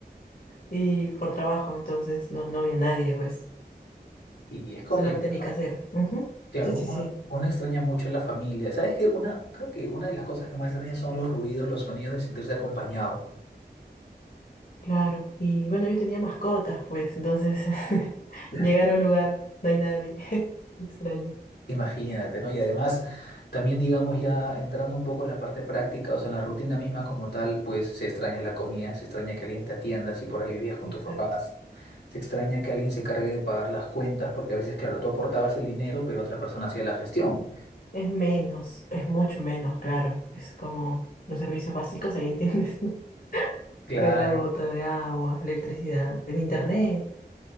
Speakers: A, on the left; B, on the left.
A: y por trabajo, entonces no, no había nadie, pues,
B: Y es complicado.
A: solamente mi casera. Ujú.
B: Claro,
A: Sí, sí,
B: uno,
A: sí,
B: uno extraña mucho a la familia. ¿Sabes qué? Una, creo que una de las cosas que más extraña son los ruidos, los sonidos de sentirse acompañado.
A: claro. Y bueno, yo tenía mascotas, pues, entonces <laughs>
B: Ya.
A: llegar a un lugar, no hay nadie. <laughs> Extraño.
B: Imagínate, ¿no? Y además, también digamos ya entrando un poco en la parte práctica, o sea, en la rutina misma como tal, pues se extraña la comida, se extraña que alguien te atienda si por ahí vivías con
A: Exacto.
B: tus papás, se extraña que alguien se encargue de pagar las cuentas, porque a veces, claro, tú aportabas el dinero, pero otra persona hacía la gestión.
A: Es menos, es mucho menos, claro. Es como los servicios básicos, ahí entiendes. <laughs>
B: Claro,
A: Eh, La gota de agua, electricidad, el internet.